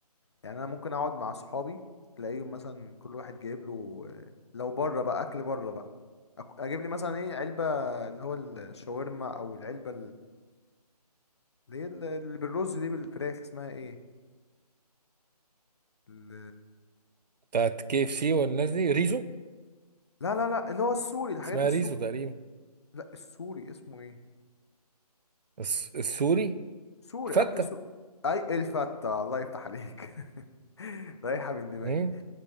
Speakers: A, on the left; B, on the right.
A: يعني انا ممكن اقعد مع اصحابي تلاقيهم مثلا كل واحد جايب له آه، لو بره بقى اكل بره بقى أك- اجيب لي مثلا ايه علبه اللي هو الشاورما او العلبه اللي هي ال- اللي بالرز دي بالفراخ اسمها ايه ال...
B: بتاعت كي اف سي والناس دي ريزو
A: لا لا لا اللي هو السوري الحاجات
B: اسمها
A: السوري
B: ريزو تقريبا
A: لا السوري اسمه ايه
B: الس- السوري
A: سوري
B: فتة
A: اكل سوري اي الفتة الله يفتح عليك <laughs> رايحة من دماغي
B: مم.